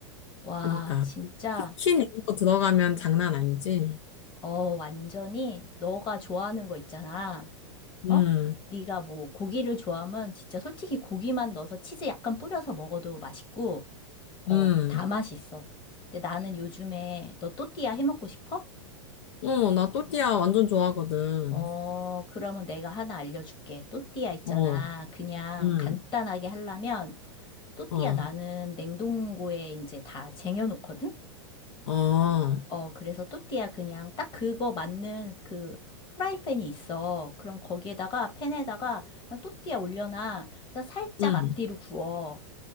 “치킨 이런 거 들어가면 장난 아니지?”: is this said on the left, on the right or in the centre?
Left